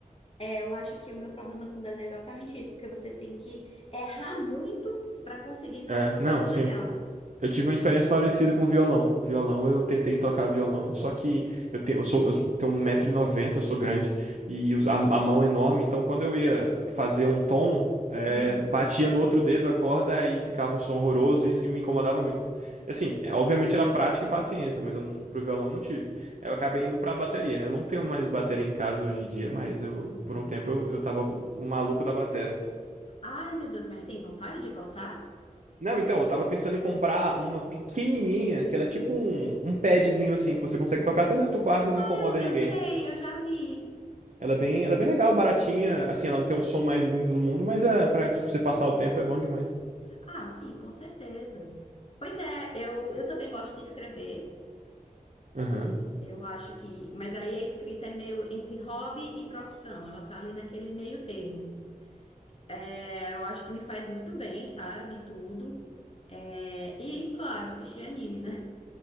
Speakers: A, on the left; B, on the right.
A: É, eu acho que o meu problema com desenho é exatamente isso, porque você tem que errar muito pra conseguir fazer
B: É,
A: uma
B: não,
A: coisa
B: sim.
A: legal.
B: Eu tive uma experiência parecida com violão. Violão, eu tentei tocar violão, só que eu tenho, eu sou, eu tenho 1,90m, eu sou grande, e os- a, a mão enorme, então quando eu ia fazer um tom, eh,
A: Uhum,
B: batia no outro dedo a corda aí ficava um som horroroso e isso me incomodava muito. Assim, é, obviamente era prática e paciência, mas eu não, pro violão eu não tive. Eu acabei indo pra bateria. Eu não tenho mais bateria em casa hoje em dia, mas eu,
A: uhum.
B: por um tempo eu, eu tava o maluco da bateria.
A: Ai, meu Deus, mas tem vontade de voltar?
B: Não, então, eu tava pensando em comprar uma pequenininha, que ela é tipo um, um padzinho assim, que você consegue tocar até dentro do quarto e não incomoda
A: Eu,
B: ninguém.
A: eu sei, eu já vi.
B: Ela é bem, ela é bem legal, baratinha, assim, ela não tem um som mais lindo do mundo, mas é, pra você passar o tempo é bom demais.
A: Ah, sim, com certeza. Pois é, eu, eu também gosto de escrever.
B: Aham.
A: Eu acho que. Mas aí a escrita é meio entre hobby e profissão. Ela tá ali naquele meio termo. É, eu acho que me faz muito bem, sabe? Tudo. É, e, claro, assistir anime, né?